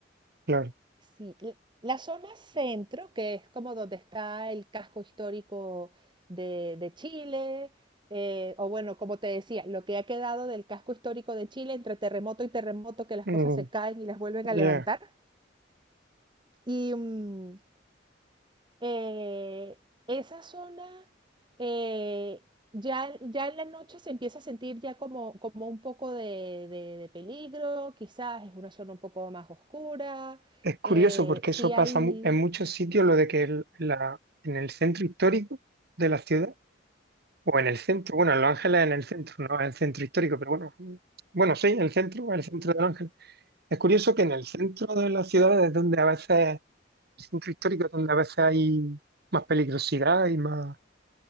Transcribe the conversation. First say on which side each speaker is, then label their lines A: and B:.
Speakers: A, on the right; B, on the right.
A: claro.
B: Sí, l- la zona centro, que es como donde está el casco histórico de, de Chile, eh, o bueno, como te decía, lo que ha quedado del casco histórico de Chile entre terremoto y terremoto, que las
A: Mm,
B: cosas se caen y las vuelven a levantar.
A: ya.
B: Y, mm, eh, esa zona eh, ya, ya en la noche se empieza a sentir ya como, como un poco de, de- de peligro, quizás es una zona un poco más oscura,
A: Es curioso
B: eh,
A: porque
B: sí
A: eso pasa
B: hay,
A: mu- en muchos sitios, lo de que el- la, en el centro histórico de la ciudad, o en el centro, bueno, en Los Ángeles en el centro, no en el centro histórico, pero bueno, mm, bueno, sí, en el centro, en el centro de Los Ángeles. Es curioso que en el centro de las ciudades es donde a veces, el centro histórico es donde a veces hay más peligrosidad y más